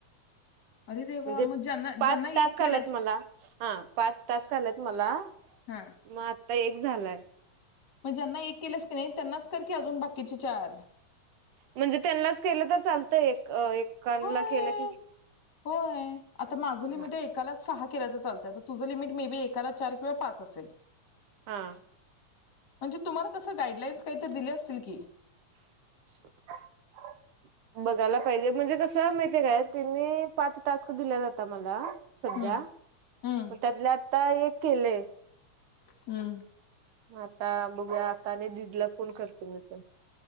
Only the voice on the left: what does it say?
अरे देवा
मग ज्यांना
ज्यांना
एक केल्यास
हा
मग ज्यांना एक केलेस की नाही त्यांनाच कर की अजून बाकीचे चार
होय.
होय आता माझं लिमिट
एकालाच सहा केल्या तर चालतं तुझं लिमिट मे बी एकाला चार किंवा पाच असेल?
म्हणजे तुम्हाला कस गाईडलाईन्स काहीतरी दिले असतील की
हम्म हम्म
हम्म